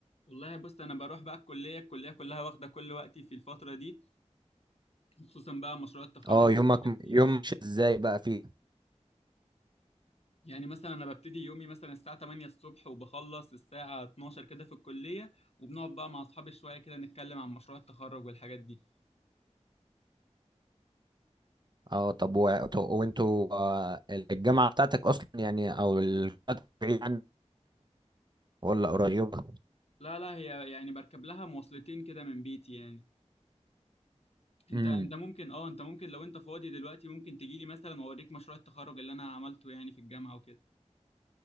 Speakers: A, on the left; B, on the right.
A: والله بص انا بروح بقى الكليه الكليه كلها واخده كل وقتي في الفتره دي خصوصا بقى مشروع التخرج
B: اه
A: والحاجات
B: يومك
A: دي
B: يوم
A: اه
B: مش ازاي بقى فيه
A: يعني مثلا انا ببتدي يومي مثلا الساعة 8 الصبح وبخلص الساعة 12 كده في الكلية وبنقعد بقى مع اصحابي شوية كده نتكلم عن مشروع التخرج والحاجات دي
B: اه طب و- طب وانتوا آه، الجامعة بتاعتك اصلا يعني او ال- بعيد عن- ولا قريبة
A: لا لا هي يعني بركب لها مواصلتين كده من بيتي يعني انت
B: امم
A: انت ممكن اه انت ممكن لو انت فاضي دلوقتي ممكن تجيلي مثلا واوريك مشروع التخرج اللي انا عملته يعني في الجامعة وكده